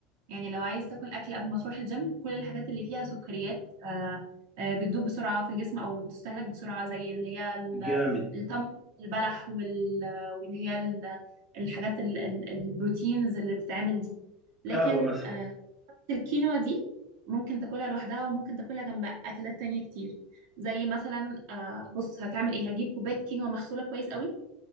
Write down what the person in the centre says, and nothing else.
جامد
قهوه مثلا